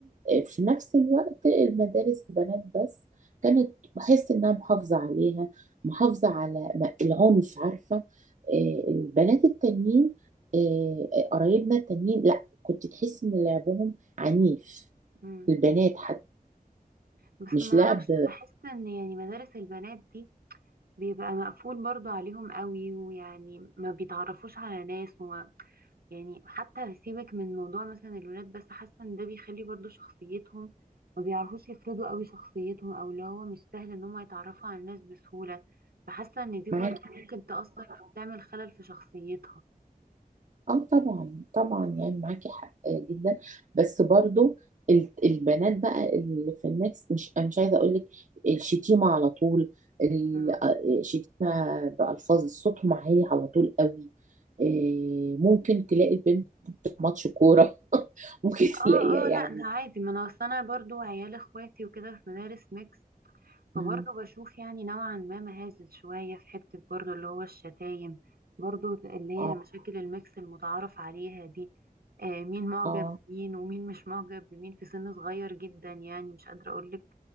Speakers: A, on the right; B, on the right.
A: في نفس الوقت المدارس بنات بس كانت بحس انها محافظة عليها محافظة على م- العنف عارفة آه، البنات التانيين آه، آه، قرايبنا التانيين لا كنت تحس ان لعبهم عنيف
B: أمم.
A: البنات حتى
B: بس
A: مش
B: ما
A: لعب
B: اعرفش بحس ان يعني مدارس البنات دي بيبقى مقفول برضو عليهم قوي ويعني ما بيتعرفوش على ناس وما يعني حتى سيبك من موضوع مثلا الولاد بس حاسه ان ده بيخلي برضو شخصيتهم ما بيعرفوش يفرضوا قوي شخصيتهم او اللي هو مش سهل ان هم يتعرفوا على الناس بسهوله فحاسه ان دي برضو
A: معاك
B: ممكن تأثر او تعمل خلل في شخصيتها
A: اه طبعا طبعا يعني معاكي حق جدا بس برضو ال- البنات بقى اللي في الميكس مش أنا مش عايزه اقول لك الشتيمه على طول ال-
B: مم.
A: آه، الشتيمه بالفاظ صوتهم عالي على طول قوي آه، ممكن تلاقي البنت في ماتش كوره <laughs> ممكن
B: اه
A: تلاقيها
B: اه
A: يعني
B: لا ده عادي ما انا اصل انا برضو عيال اخواتي وكده في مدارس ميكس فبرضه
A: مم،
B: بشوف يعني نوعا ما مهازل شوية في حتة برضه اللي هو الشتايم برضه اللي هي
A: اه
B: مشاكل الميكس المتعارف عليها دي آه مين معجب
A: اه
B: بمين ومين مش معجب بمين في سن صغير جدا يعني مش قادرة أقولك